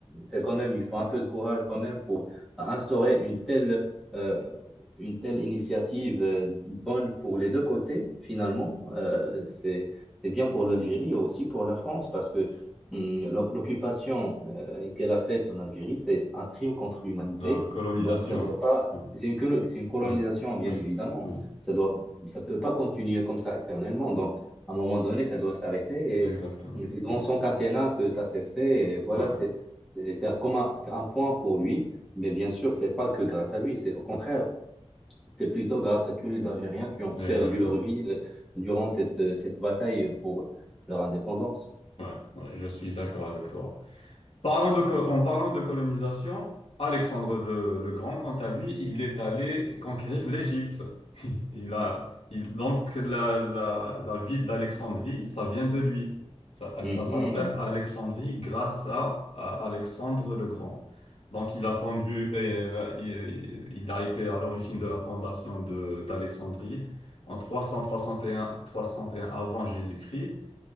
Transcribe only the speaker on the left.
La colonisation.
Oui,
oui,
oui,
oui,
exactement.
Oui,
ouais,
exactement.
Ouais, ouais, je suis d'accord avec toi. Parlant de, co- en parlant de colonisation, Alexandre le, le Grand, quant à lui, il est allé conquérir l'Égypte. Il a, il, donc la, la, la ville d'Alexandrie, ça vient de lui. Ça,
ça s'appelle Alexandrie grâce à, à Alexandre le Grand. Donc il a fondu, euh, il, il a été à l'origine de la fondation de, d'Alexandrie en trois trois cent soixante et un trois cent un avant Jésus-Christ